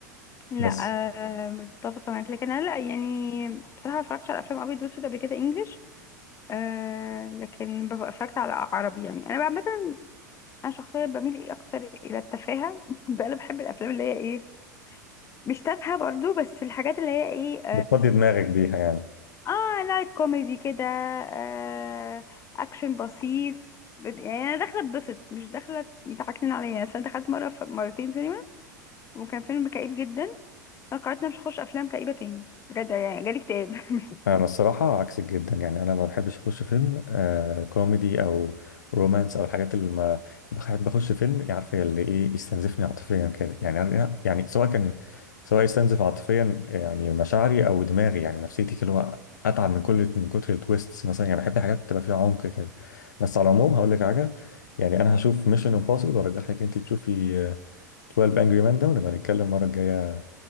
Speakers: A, on the left (about 25°); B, on the left (about 70°).
A: لا
B: بس
A: آه، متفقه معاك لكن انا لا يعني بصراحه ما اتفرجتش على افلام ابيض واسود قبل كده انجلش آه لكن بف- اتفرجت على عربي يعني انا بقى مثلا انا شخصيا بميل إيه اكتر الى التفاهه <laughs> بقى انا بحب الافلام اللي هي ايه مش تافهه برضو بس الحاجات اللي هي ايه
B: بتفضي دماغك بيها يعني
A: اه لايت كوميدي كده آه اكشن بسيط بت- يعني انا داخله اتبسط مش داخله يضحكنين عليا بس انا دخلت مره ف... مرتين سينما وكان فيلم كئيب جدا انا قررت إن أنا مش هخش افلام كئيبه تاني بجد يعني جالي اكتئاب <laughs>
B: انا الصراحه عكسك جدا يعني انا ما بحبش اخش فيلم آه كوميدي او رومانس او الحاجات اللي ما بحب اخش فيلم يعني عارفه اللي ايه يستنزفني عاطفيا كده يعني يعني سواء كان سواء يستنزف عاطفيا يعني مشاعري او دماغي يعني نفسيتي اللي هو اتعب من كل من كتر التويستس مثلا يعني بحب حاجات تبقى فيها عمق كده بس على العموم هقول لك حاجه يعني انا هشوف ميشن امبوسيبل وارجح لك انت تشوفي آه، 12 انجري مان ده ونبقى نتكلم المره الجايه